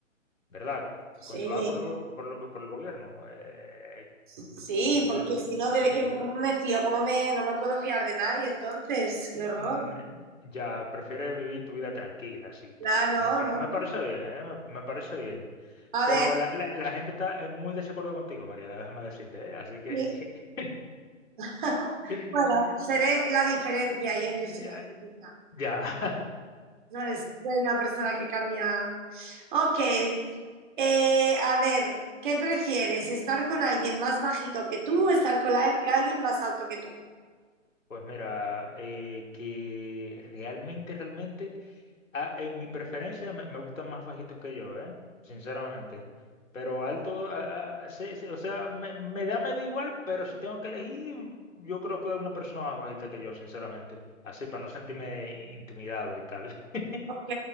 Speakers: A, on the left (about 80°); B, on the right (about 40°).
A: ¿verdad?
B: Sí,
A: Controlada por, lo- por, lo- por el gobierno. eh,
B: sí,
A: di- dif-
B: porque si no,
A: difícil,
B: ¿de qué me,
A: ¿eh?
B: cómo me fío? ¿Cómo me, no me puedo fiar de nadie entonces? Qué
A: Mm,
B: horror.
A: eh, ya, prefiere vivir tu vida tranquila, así y tal.
B: Claro,
A: Me, pare-
B: no.
A: me parece bien, ¿eh? Me, me parece bien.
B: A
A: Pero
B: ver,
A: la, la- la gente está en muy desacuerdo contigo, María, déjame decirte, ¿eh? Así que...
B: sí. <laughs>
A: <laughs>
B: Bueno, seré la diferencia. Yo, yo soy
A: Ya.
B: la distinta.
A: ya. <laughs>
B: No eres- una persona que cambia. Ok, eh, a ver, ¿qué prefieres? ¿Estar con alguien más bajito que tú o estar con al- alguien más alto que tú?
A: Pues mira, eh, que realmente, realmente... Ah, en mi preferencia me, me gustan más bajitos que yo, ¿eh? Sinceramente. Pero alto, ah, ah, sí, sí, o sea, me, me da medio igual, pero si tengo que elegir, yo creo que hay una persona más bajita que yo, sinceramente. Así, para no sentirme intimidado y tal. <laughs>
B: Ok,